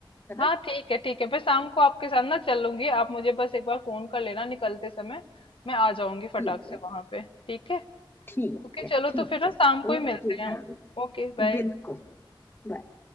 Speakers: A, on the left; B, on the left.
A: है
B: हाँ,
A: ना
B: ठीक है, ठीक है। मैं शाम को आपके साथ ना चलूंगी। आप मुझे बस एक बार फोन कर लेना निकलते समय। मैं आ जाऊंगी फटाक
A: ठीक
B: से
A: है
B: वहां पे। ठीक है?
A: ठीक
B: ओके,
A: है
B: चलो
A: ठीक
B: तो फिर ना
A: है
B: शाम को ही
A: ओके
B: मिलते हैं
A: हाँ
B: हम। Okay, bye.
A: बिल्कुल बाय